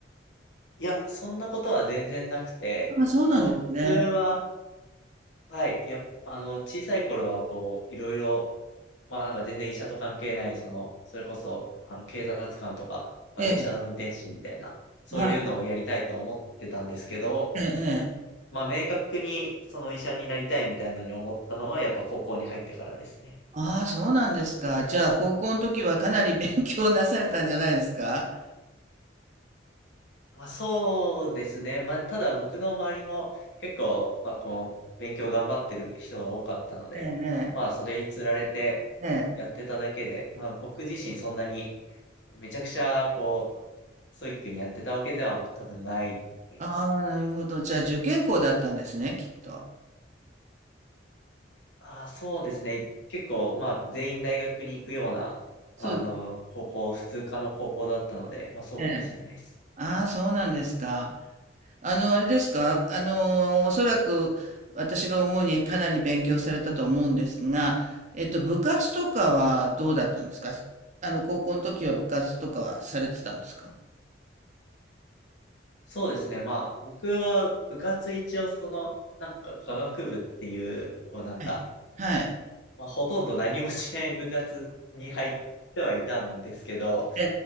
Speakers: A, on the left (about 75°); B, on the right (about 40°).
A: いや、そんなことは全然なくて、
B: ああ、そうなんですね。
A: 僕は、はい、やっぱ、あの、小さい頃は、こう、いろいろ、まあなんか全然医者と関係ない、その、それこそ、あの、警察官とか、まあ電車の運転士みたいな、
B: ええ、
A: そういうのをやりたいと思ってたんですけど、
B: はい。ええええ。
A: まあ明確にその医者になりたいみたいなのに思ったのは、やっぱ高校に入ってからですね。
B: ああ、そうなんですか。じゃあ、高校の時はかなり勉強なされたんじゃないですか？
A: まあ、そうですね。まあ、ただ僕の周りも結構、まあ、こう、勉強頑張ってる人が多かったので、
B: ええ
A: まあ、それにつられて
B: ええ。ええ。
A: やってただけで、まあ、僕自身そんなにめちゃくちゃ、こう、ストイックにやってたわけでは多分ないと思います。
B: ああ、なるほど。じゃあ、受験校だったんですね、きっと。
A: ああ、そうですね。結構、まあ、全員大学に行くような、あの、
B: そうです
A: 高校、普通科の高校だったので、まあ、そうかもしれないです。
B: ね。ああ、そうなんですか。あの、あれですか。あの、おそらく私が思うにかなり勉強されたと思うんですが、えっと、部活とかはどうだったんですかあの、高校の時は部活とかはされてたんですか
A: そうですね。まあ、僕は部活一応その、なんか科学部っていう、こうなんか、
B: はい。はい。
A: まあ、ほとんど何もしない部活に入ってはいたんですけど、
B: え